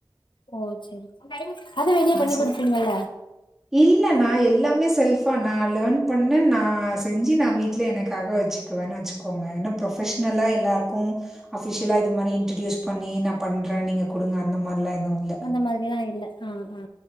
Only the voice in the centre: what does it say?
சோ
இல்ல நான் எல்லாமே செல்ஃபா நான் லேர்ன் பண்ண நான் செஞ்சு நான் வீட்லே எனக்காக வச்சு குவன் வச்சுக்கோங்க ஏனா புரொப்ஷ்னலா எல்லாருக்கு அஃபிஷிலா இது மாரி இன்ட்ரடியூஸ் பண்ணி நான் பண்ற நீங்க குடுங்க அந்த மார்லா எதுமே